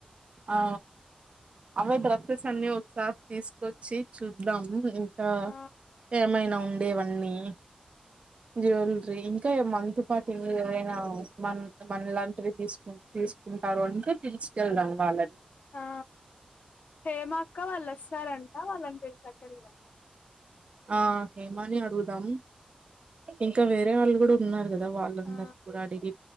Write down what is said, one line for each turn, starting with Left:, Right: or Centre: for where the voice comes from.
Right: ఆ అవే డ్రెస్సెస్ అన్ని ఒకసారి తీసుకొచ్చి చూద్దాము ఇంకా
Left: ఆ
Right: ఏమైనా ఉండేవన్నీ జెల్లెరీ ఇంకా మనతో పాటు ఏ ఏవరైనా మన మన ఇలాంటివి తీసుకు తీసుకుంటారు అంటే తీసుకెళ్దాము వాళ్ళ
Left: ఆ హేమాక్క వాళ్ళు వస్తారంట వాళ్ళనిపించకెళ్దాం
Right: ఆ హేమాని అడుగుదాం ఇంకా వేరే వాళ్ళు కూడా ఉన్నారు కదా వాళ్ళందరి
Left: ఆ
Right: కూడా అడిగి